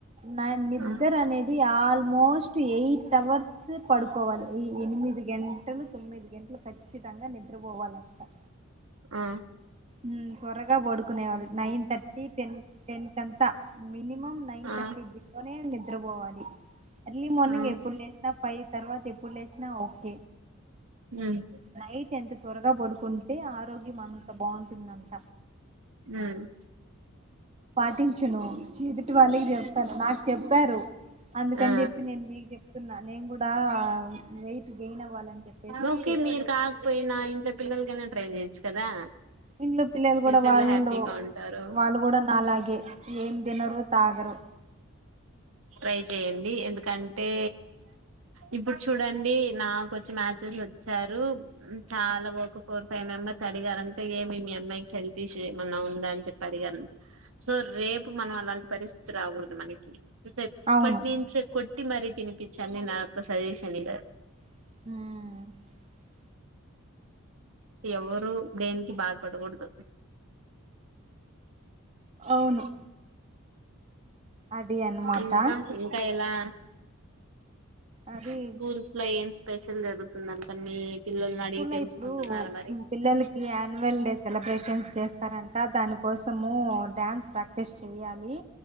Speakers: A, on the right (about 30°); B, on the right (about 75°).
A: నా నిద్ర
B: ఆ
A: అనేది ఆల్మోస్ట్ ఎయిట్ అవర్స్ సు పడుకోవాలి ఈ ఎనిమిది గంటలు తొమ్మిది గంటలు కచ్చి చ్చితంగా నిద్రపోవాలంట
B: ఆ
A: ఉ త్వరగా పడుకునేవాళ్ళు నైన్ థర్టీ టెన్ టెన్ కంతా మినిమం నైన్
B: ఆ
A: థర్టీ బిలోనే నిద్రపోవాలి. ఎర్లీ మార్నింగ్
B: ఆ
A: ఎప్పుడు లేచినా, ఫైవ్ తర్వాత ఎప్పుడు లేచినా ఓకే,
B: ఉమ్
A: నైట్ ఎంత త్వరగా పడుకుంటే ఆరోగ్యం అంత బాగుం దంట
B: ఉమ్
A: పాటించను ఎదుటి వాళ్ళకి చెప్తాను నాకు చెప్పారు అందుకని
B: ఆ
A: చెప్పి నేను మీకు చెప్తున్నా నేను కూడా వెయిట్ గెయిన్ అవ్వాలని చెప్పేసి
B: ఓకే మీరుకాకపోయినా ఇంట్లో పిల్లలకైన ట్రైన్ చేయచ్చు కదా
A: ఇంట్లో పిల్లలు
B: ఫ్యూచర్
A: కూడా వాళ్ళు,
B: లో హ్యాపీగా ఉంటారు
A: వాళ్ళు కూడా నాలాగే ఏం తినరు తాగరు.
B: ట్రై చేయండి ఎందుకంటే ఇప్పుడు చూడండి నాకోచ్చి మ్యాచెస్ వచ్చారు. చాలా ఒక ఫోర్ ఫైవ్ మెంబర్స్ అడిగారంటే, ఏమి మీ అమ్మాయికి హెల్త్ ఇష్యూ ఏమన్నా ఉందా అని చెప్పి అడిగారంట సో రేపు మనం అలాంటి పరిస్థితి రాకూడదు మనకి, ఏపట్ని
A: అవును
B: నుంచి కొ టి మరి తినిపించాం నిన్న నాకు సజెషన్ ఇల్
A: ఉమ్
B: ఎవరు బ్రెన్ కి బాధపడకూడదు
A: అవును అది అన్నమాట
B: ఇంకా ఇంకా ఎలా
A: అది
B: స్కూల్స్ లో ఏం స్ స్పెషల్ జరుగుతుందంట మీ పిల్లల్ని
A: స్కూల్లో
B: అడిగి తెలుసుకుంటున్నారా
A: ఇప్పుడు
B: మరి
A: పిల్లలకి అనువల్ డే సెలబ్రేషన్స్ చేస్తారంట, దాని కోసము డ్యాన్స్ ప్రాక్టీస్ చెయ్యాలి